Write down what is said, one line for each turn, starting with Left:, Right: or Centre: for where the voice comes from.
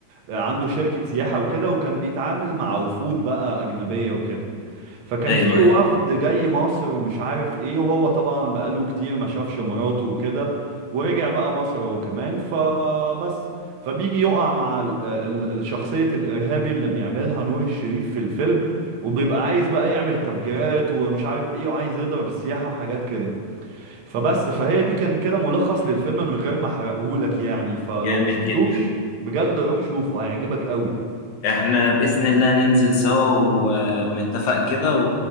Right: عنده شركه سياحه وكده وكان بيتعامل مع وفود بقى اجنبيه وكده فكان
Left: ايوه
Right: في وفد
Left: ايوه
Right: جاي مصر ومش عارف ايه وهو طبعا بقاله كتير ما شافش مراته وكده ورجع بقى مصر هو كمان فبس فبيجي يقع مع ال- ال- الشخصية الإرهابي اللي بيعملها نور الشريف في الفيلم وبيبقى عايز بقى يعمل تفجيرات ومش عارف ايه وعايز يضرب السياحة وحاجات كده فبس فهي دي كان كده ملخص للفيلم من غير ما احرقهولك يعني فلو
Left: جامد
Right: ما شفتوش
Left: جدا
Right: بجد روح شوفه هيعجبك قوي
Left: احنا بإذن الله ننزل سوا و... ونتفق كده و...